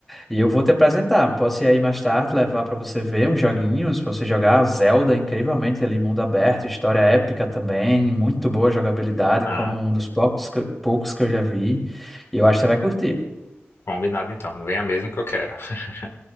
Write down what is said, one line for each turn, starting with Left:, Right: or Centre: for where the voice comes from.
Centre: E eu vou te apresentar. Posso ir aí mais tarde, levar para você ver uns joguinhos, para você jogar Zelda, incrivelmente ali, mundo aberto, história épica também, muito boa jogabilidade,
Left: Ah,
Centre: como um dos poucos que, poucos que eu já vi. E eu acho que você vai curtir.
Left: combinado então. Não vem a mesmo que eu quero. <laughs>